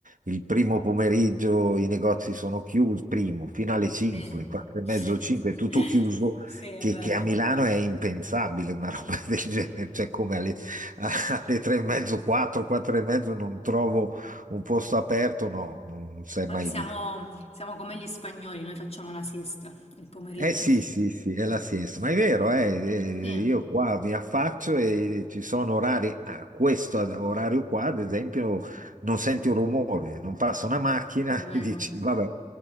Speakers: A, on the right (about 85°); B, on the left (about 50°).
A: il primo pomeriggio i negozi sono chiusi, primo, fino alle 5,
B: sì,
A: 4 e
B: sì.
A: mezzo, 5, è tutto
B: <laughs>
A: chiuso
B: Sì, è
A: che,
B: vero.
A: che a Milano è impensabile una roba <laughs> del genere, cioè come alle, a- alle tre e mezzo, quattro, quattro e mezzo non trovo un posto aperto, no, non sei
B: Ma
A: mai
B: Siamo,
A: visto.
B: siamo come gli spagnoli, noi facciamo la siesta il pomeriggio.
A: Eh sì,
B: <laughs>
A: sì, sì, è la siesta, ma è vero, eh, eh,
B: Sì,
A: io qua mi affaccio e ci sono orari, a questo orario qua, ad esempio, non senti un rumore, non passa una macchina
B: è vero.
A: <laughs> e dici, vabbè,